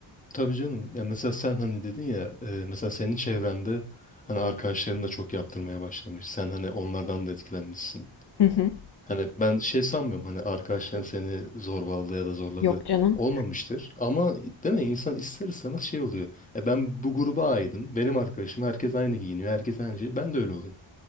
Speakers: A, on the left; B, on the left.
A: Tabii canım. Ya mesela sen hani dedin ya e, mesela senin çevrende hani arkadaşların da çok yaptırmaya başlamış. Sen hani onlardan da etkilenmişsin.
B: Hı hı.
A: Hani ben şey sanmıyorum hani arkadaşların seni zorbaladı ya da zorladı.
B: Yok canım.
A: Olmamıştır. Ama değil mi insan ister istemez şey oluyor. E ben bu gruba aidim. Benim arkadaşım herkes aynı giyiniyor. Herkes aynı şey. Ben de öyle olayım.